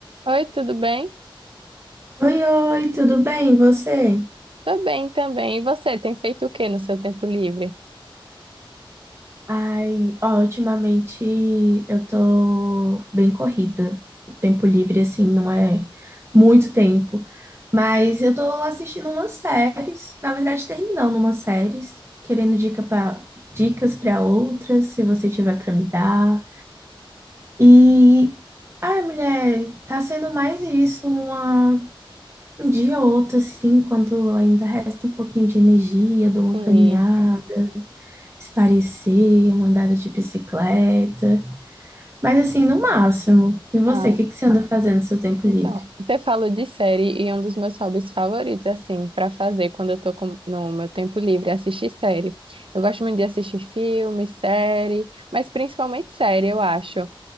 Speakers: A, on the right; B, on the right.
A: Oi, tudo bem?
B: Oi, oi, tudo bem? e Você?
A: Tô bem também. E você, tem feito o que no seu tempo livre?
B: Ai, ó, ultimamente eu tô bem corrida. O tempo livre, assim, não é muito tempo. Mas eu tô assistindo umas séries, na verdade, terminando umas séries, querendo dica pra, dicas pra outras, se você tiver pra me dar. E, ai, mulher, tá sendo mais isso, uma, um dia ou outro, assim, quando ainda resta um pouquinho de energia, dou uma
A: Sim.
B: caminhada. se parecer, uma andada de bicicleta. Mas assim, no máximo. E você,
A: Ah,
B: o que que você anda fazendo no seu tempo
A: então,
B: livre?
A: você falou de série e um dos meus hobbies favoritos, assim, pra fazer quando eu tô com- no meu tempo livre, é assistir série. Eu gosto muito de assistir filme, série, mas principalmente série, eu acho.